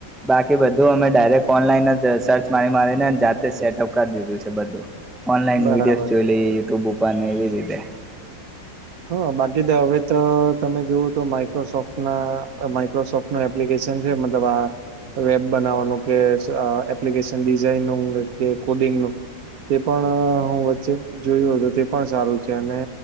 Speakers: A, in the centre; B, on the right.
A: બાકી બધું અમે ડાયરેક્ટ ઓનલાઈન અ જશ સર્ચ મારી મારીને જાતે સેટઅપ કરી દીધું છે બધું ઓનલાઈન
B: બરાબર
A: વિડીયો જોઈ લઈ યુટ્યુબ ઉપ કાને એવી રીતે.
B: હા, બાકી તો હવે તો તમે જોવું તો માઈક્રોસોફ્ટ ના અહ માઈક્રોસોફ્ટ નું એપ્લિકેશન છે મતલબ આ વેબ બનાવવાનું કે સ એપ્લિકેશન ડિઝાઇન કે કોડિંગનું તે પણ અહ હું વચ્ચે જોયું હતું તે પણ સારું છે અને